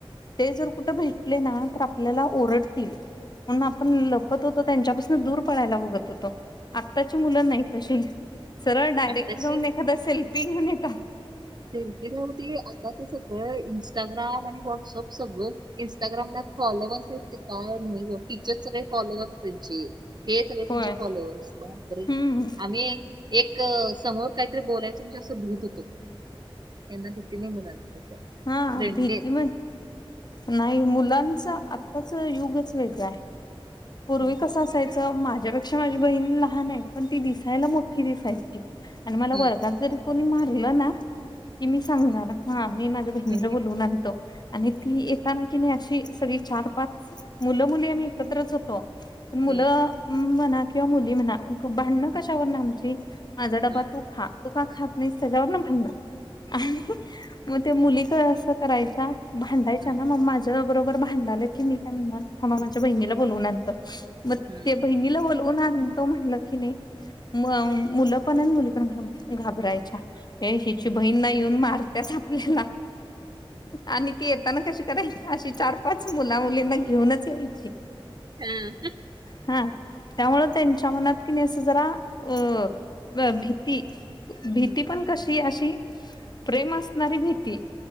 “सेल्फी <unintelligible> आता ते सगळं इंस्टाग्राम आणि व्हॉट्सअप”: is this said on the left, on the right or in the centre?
Right